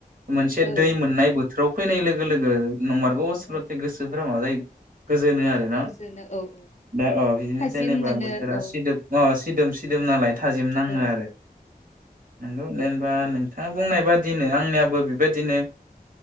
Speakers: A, on the right (about 60°); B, on the left (about 45°).
A: मोनसे
B: औ
A: दै मोननाय बो फोराव फैनाय लोगो लोगो नंमारगौ आसलते
B: औ
A: गो <unintelligible> गोजोनो आरो ना
B: गोजोनो औ औ
A: दा अ बिदिनो
B: थाजिम
A: जेनेबा
B: मोनो
A: बोथोरा
B: औ
A: सिदोब अ सिदोम सिदोम
B: औ
A: नालाय थाजिम नाङो
B: औ
A: आरो नंगौ <unintelligible> आ नोंथाङा बुंनाय बादिनो आंनियाबो बेबायदिनो